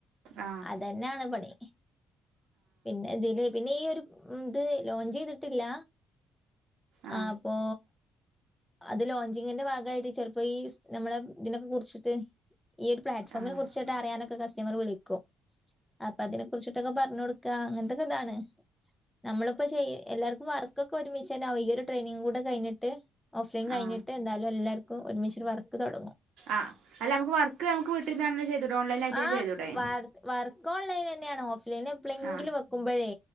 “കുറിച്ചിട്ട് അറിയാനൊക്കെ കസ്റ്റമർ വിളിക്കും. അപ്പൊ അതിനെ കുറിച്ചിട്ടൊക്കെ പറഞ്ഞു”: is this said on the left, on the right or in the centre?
Centre